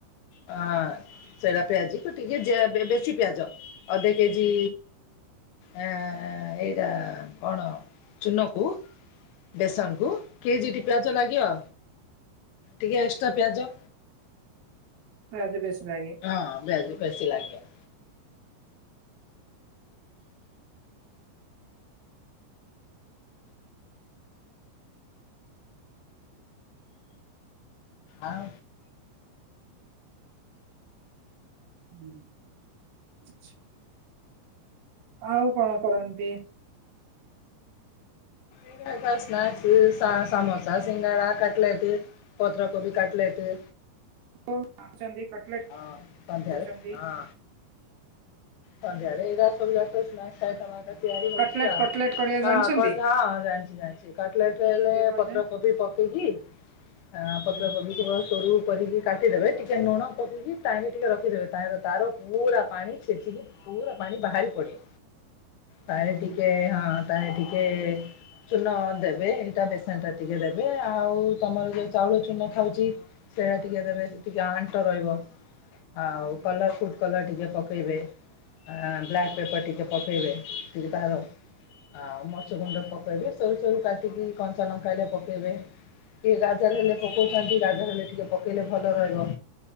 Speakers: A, on the left (about 85°); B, on the right (about 70°).
A: ହଁ ସେରା ପିଆଜି କୁ ଟିକେ ଜେ ବେ ବେଶୀ ପିଆଜ ଅଧେ କେଜିି ଆଁ ଏଇରା କଣ ଚୂନକୁ ବେସନକୁ କେଜିଟି ପିଆଜ ଲାଗିବ ଟିକେ ଏକ୍ସଟ୍ରା ପିଆଜ
B: ପିଆଜ ବେଶି ଲାଗିବ।
A: ହଁ ପିଆଜ ଫେଶି ଲାଗିବ। ଆଉ।
B: ହୁଁ ଆଚ୍ଛା। ଆଉ କଣ କରନ୍ତି?
A: ଏଇରା ଯା ସ୍ନାକ୍ସି ସା ସମୋସା ସିଙ୍ଗଡ଼ା କଟଲେଟି ପତ୍ରକୋବି କାଟଲେଟି
B: <unintelligible>
A: ହଁ ସନ୍ଧ୍ୟାରେ
B: କରୁଚନ୍ତି।
A: ହଁ। ସନ୍ଧ୍ୟାରେ ଏଇରା ସବୁ ଯାକ ସ୍ନାକ୍ସ ଆଇଟମ ଆକା ତିଆରି ହଉଛି
B: କଟଲେଟ୍
A: ଆଉ।
B: କଟଲେଟ୍ କରିବା
A: ହଁ
B: ଜାଣିଛନ୍ତି?
A: କଟ୍ ହଁ ଜାଣିଛି ଜାଣିଛି କଟଲେଟ ହେଲେ
B: ଟିକେ କହିଲେ?
A: ପତ୍ରକୋବି ପକେଇକି ହଁ ପତ୍ର
B: ହୁଁ।
A: କୋବିକି ବହୁତ୍ ସରୁୁ କରିକି କାଟିଦେବେ ଟିକେ ଲୁଣ ପକେଇକି ତାଇଁରେ ଟିକେ ରଖିଦେବେ ତାହିଁର ତାର ପୁରା ପାଣି ଛେଚିକି ପୁରା ପାଣି ବାହାରି ପଡିବ,
B: ହୁଁ,
A: ତାଇରେ
B: ହୁଁ,
A: ଟିକେ ହଁ ତାଇରେ ଟିକେ ଚୂନ ଦେବେ ଏଇଟା ବେସନ ଟା ଟିକେ ଦେବେ ଆଉ ତମର ଯୋଉ ଚାଉଳ ଚୂନ ଖାଉଛି। ସୋୟା ଟିକେ
B: ହୁଁ,
A: ଦେବେ ଟିକେ ଆଣ୍ଟ ରହିବ ଆଉ
B: ହୁଁ,
A: କଲର୍ ଫୁଟ୍ କଲର୍ ଟିକେ ପକେଇବେ। ଆଁ ବ୍ଲାକ୍ ପେପର୍ ଟିକେ ପକେଇବେ ଟିକେ ତାହାର। ଆଉ ମରିଚଗୁଣ୍ଡ ପକେଇବେ ସରୁ ସରୁ କାଟିକି କଞ୍ଚା ଲଙ୍କାଇଲେ ପକେଇବେ। ଟିକେ ଗାଜର ହେଲେ ପକଉଛନ୍ତି ଗାଜର ହେଲେ ଟିକେ ପକେଇଲେ ଭଲ ରହିବ।